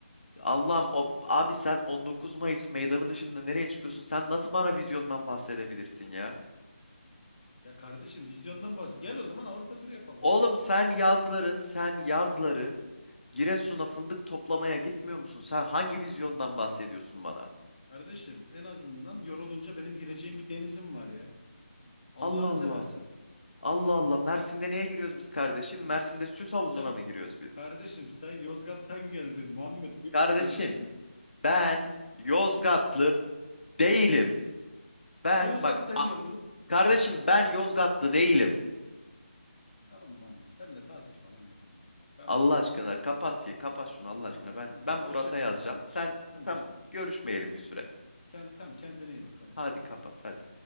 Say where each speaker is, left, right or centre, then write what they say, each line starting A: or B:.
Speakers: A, on the left (about 65°); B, on the left (about 35°).
A: Allah'ım o abi sen 19 Mayıs meydanı dışında nereye çıkıyorsun? Sen nasıl bana vizyondan bahsedebilirsin ya?
B: Ya kardeşim vizyondan bahs. Gel o zaman Avrupa turu yapalım
A: Oğlum
B: oğlum.
A: sen yazları, sen yazları Giresun'a fındık toplamaya gitmiyor musun? Sen hangi vizyondan bahsediyorsun bana?
B: Kardeşim en azından yorulunca benim gireceğim bir denizim var ya. Allah'ını
A: Allah Allah.
B: seversen.
A: Allah Allah. Mersin'de neye giriyoruz biz kardeşim? Mersin'de süs havuzuna
B: Sen
A: mı giriyoruz biz?
B: kardeşim sen Yozgat'tan geldin Muhammed. Ne
A: Kardeşim
B: yapıyorsun ya?
A: ben Yozgatlı değilim. Ben
B: Ama Yozgat'tan
A: bak a-
B: geldin oğlum.
A: kardeşim ben Yozgatlı değilim.
B: Tamam Muhammed senle tatil falan yapılmaz kardeşim. Ben
A: Allah
B: bunu anladım.
A: aşkına kapat ya kapat şunu Allah
B: Tamam
A: aşkına. Ben
B: tamam.
A: ben Murat'a
B: Hoşça kal
A: yazacağım.
B: Muhammedciğim.
A: Sen
B: Tamam.
A: tam görüşmeyelim bir süre.
B: Kend, tamam kendine iyi bak bay
A: Hadi
B: bay.
A: kapat hadi.